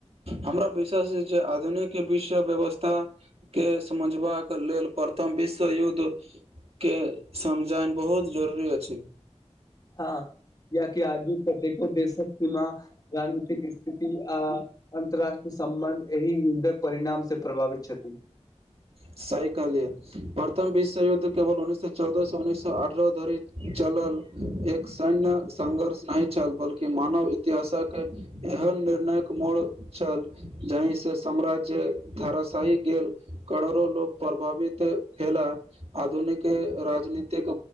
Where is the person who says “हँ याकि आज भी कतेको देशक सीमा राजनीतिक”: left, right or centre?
Left